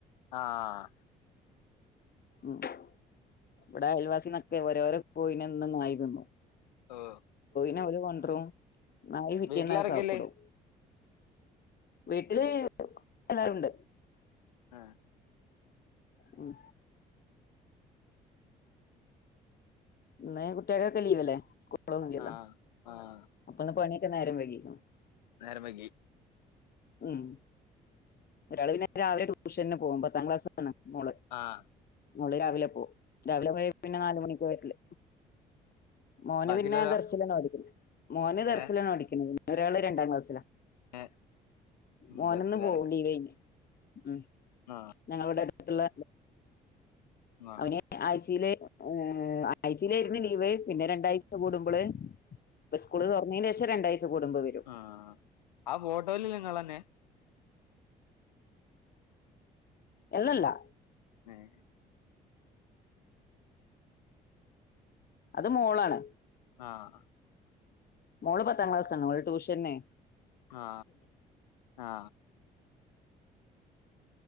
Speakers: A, on the left (about 90°); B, on the left (about 45°).
A: ആഹ്
B: ഉം ഇവടെ അയൽവാസിന്നൊക്കെ ഓരോരോ കോഴിനെ എന്നും നായി തിന്നും
A: ഓഹ്
B: നെ അവര് കൊ <unintelligible> നായി പിറ്റേന്നത്
A: വീട്ടിലാരൊക്കെല്ലേ
B: സാപ്പ്ടും വീട്ടില് എല്ലാരുണ്ട്
A: ആഹ്
B: ഉം ഇന്ന് കുട്ടികകൊക്കെ ലീവല്ലേ സ്കൂ സ്കൂൾ ഒനും ഇല്ലല്ലോ
A: ആഹ് ആഹ്
B: അപ്പോന്ന് പണി ഇന്ന് നേരം വൈകിക്കുണു
A: നേരം വൈകി
B: ഉം ഒരാൾ പിന്നെ രാവിലെ ട്യൂഷന് പോകും പത്താം ക്ലാസ്സാ ണ് മോള്
A: ആഹ്
B: മോള് രാവിലെ പോകും രാവിലെ പോയി പിന്നെ നാല് മണിക്കാ വരല് മോന്
A: ബാക്കിയുള്ളോരോ
B: പിന്നെ ദർസിലാണ് പഠിക്കുന്നെ മോന് ദർസലാണ്
A: ഏഹ്
B: പഠിക്കുന്നത് ഒരാള് രണ്ടാംക്ലാസ്സിലാ
A: ഏഹ് ഉം
B: മോനന്നു
A: ദർസിലാലെ
B: പോണി ലീ <unintelligible>
A: ആഹ്
B: ഞങ്ങൾക്ക് ത്തിള്ള
A: ആഹ്
B: അവനെ ആഴ്ചയിലെ ഏ ആഴ്ചയിലായിരുന്നു ലീവ് പിന്നെ രണ്ടാഴ്ച കൂടുമ്പോള് സ്കൂള് തുറന്നതിന് ശേഷം രണ്ടാഴ് കുടുമ്പ വരും
A: ആഹ് ആ ഫോട്ടോയില് നിങ്ങളന്നെ
B: എല്ലല്ല
A: ഏഹ്
B: അത് മോളാണ്
A: ആ
B: മോള് പത്താം ക്ലാസ് ആണ് ഓൾ ട്യൂഷനെ
A: ആ ആ